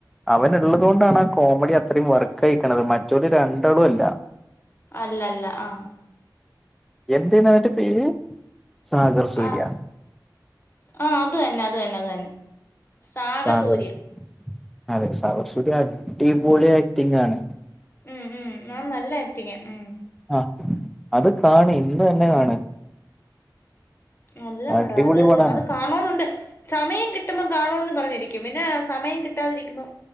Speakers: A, in the centre; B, on the left (about 30°).
A: അവനള്ളത് കൊണ്ടാണ് ആ കോമഡി അത്രയും വർക്കയീക്കണത് മറ്റൊരു രണ്ടാളും അല്ല.
B: അല്ല അല്ല ആഹ്
A: എന്തന്ന്ന്റെ പേര് സാഗർ സൂര്യ.
B: ആഹ് ആഹ് അത് തന്നെ അത് തന്നെ അത് തന്നെ. സാഗർ
A: സഗർ
B: സൂര്യ
A: സു അതെ സഗർസൂര്യ അടിപൊളി ആക്ടിംഗ് ആണ്.
B: ഉം ഉം ഞാൻ നല്ല ആക്ടിങ് ഉം
A: ആഹ് അത് കണ് ഇന്ന് തന്നെ കാണ്.
B: നല്ല
A: അടിപൊളി
B: പടം അത്
A: പടാണ്
B: അത് കാണോന്നൊണ്ട്. സമയം കിട്ടുമ്പോ കാണുന്ന് പറഞ്ഞിരിക്കും പിന്നെ സമയം കിട്ടാതിരിക്കുമ്പോ